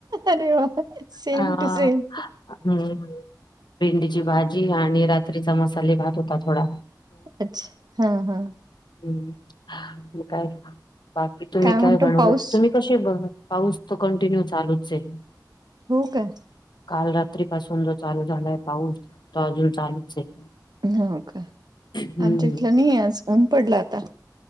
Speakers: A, on the right; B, on the left.
A: अरे वा सेम
B: हा,
A: टू सेम
B: हम्म. भेंडीची भाजी आणि रात्रीचा मसाले-भात होता थोडा.
A: अच्छ, हम्म, हम्म.
B: हम् म काय, बाकी तुम्ही
A: म्हणतो
B: काय बनवलं?
A: पाऊस
B: तुम्ही कशे बनु पाऊस तर कंटिन्यू चालूच आहे.
A: हो का
B: काल रात्री पासून जो चालू झालाय पाऊस, तो अजून चालूच आहे.
A: हो का?
B: हम्म.
A: आमच्या इथलं नाही आज ऊन पडला आता.